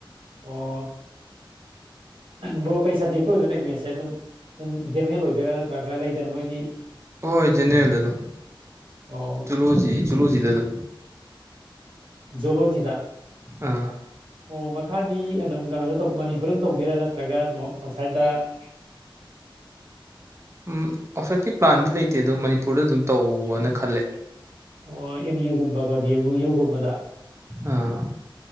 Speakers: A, on the right (about 80°); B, on the right (about 30°).
A: ꯑꯣ ꯕ꯭ꯔꯣ ꯀꯩ ꯁꯞꯖꯦꯛꯇ ꯑꯣꯏꯗꯣꯏꯅꯣ ꯑꯦꯝ ꯑꯦꯁꯁꯦ ꯑꯗꯨꯝ ꯑꯗꯨꯝ ꯖꯦꯅꯔꯦꯜ ꯑꯣꯏꯗꯣꯏꯔꯥ ꯅꯠꯇ꯭ꯔꯒ ꯂꯩꯗꯅ ꯃꯣꯏꯒꯤ
B: ꯍꯣꯏ ꯖꯦꯅꯦꯔꯦꯜꯗꯣ
A: ꯑꯣ
B: ꯆꯂꯣꯖꯤ ꯆꯨꯂꯣꯖꯤꯗꯗꯣ
A: ꯂꯣꯖꯤꯗꯥ
B: ꯑꯥ
A: ꯑꯣ ꯃꯈꯥꯗꯤ ꯑꯗꯨꯝ ꯀꯩꯅꯣꯗ ꯃꯅꯤꯄꯨꯔ ꯑꯃ ꯇꯧꯕꯗꯦꯔꯥ ꯅꯠꯇ꯭ꯔꯒ ꯑꯥꯎꯠꯁꯥꯏꯗꯠꯇ <unintelligible>
B: ꯎꯝ ꯑꯣꯐꯠꯀꯤ ꯄ꯭ꯂꯥꯟꯗꯤ ꯂꯩꯇꯦ ꯑꯗꯣ ꯃꯅꯤꯄꯨꯔꯗ ꯑꯗꯨꯝ ꯇꯧꯅ ꯈꯜꯂꯦ
A: ꯑꯣ ꯑꯦꯝ ꯌꯨꯒꯨꯝꯕ ꯗꯤ ꯌꯨꯒꯨꯝꯕꯗ
B: ꯑꯥ